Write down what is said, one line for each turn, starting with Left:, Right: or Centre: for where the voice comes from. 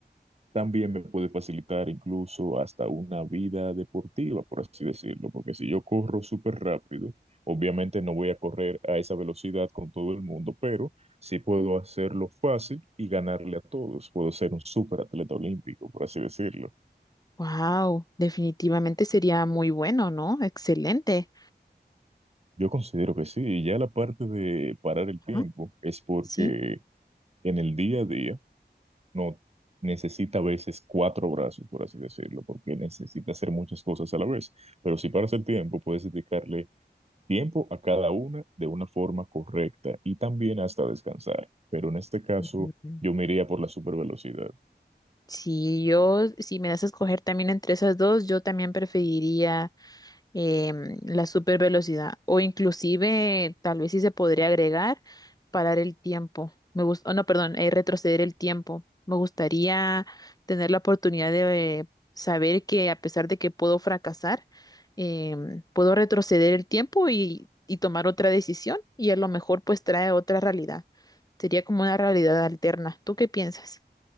Right: también me puede facilitar incluso hasta una vida deportiva, por así decirlo, porque si yo corro súper rápido, obviamente no voy a correr a esa velocidad con todo el mundo, pero sí puedo hacerlo fácil y ganarle a todos. Puedo ser un súper atleta olímpico, por así decirlo.
Left: Wow, definitivamente sería muy bueno, ¿no? Excelente.
Right: Yo considero que sí, y ya la parte de parar el
Left: Ajá,
Right: tiempo es porque
Left: Sí.
Right: en el día a día no necesita a veces cuatro brazos, por así decirlo, porque necesita hacer muchas cosas a la vez. Pero si paras el tiempo, puedes dedicarle tiempo a cada una de una forma correcta y también hasta descansar. Pero en este caso,
Left: Mm,
Right: yo me iría por la supervelocidad.
Left: Si yo, si me das a escoger también entre esas dos, yo también preferiría. em, la super velocidad o inclusive tal vez sí se podría agregar parar el tiempo. Me gusta, no, perdón, eh, retroceder el tiempo. Me gustaría tener la oportunidad de eh, saber que a pesar de que puedo fracasar, em, puedo retroceder el tiempo y, y tomar otra decisión y a lo mejor pues trae otra realidad. Sería como una realidad alterna. ¿Tú qué piensas?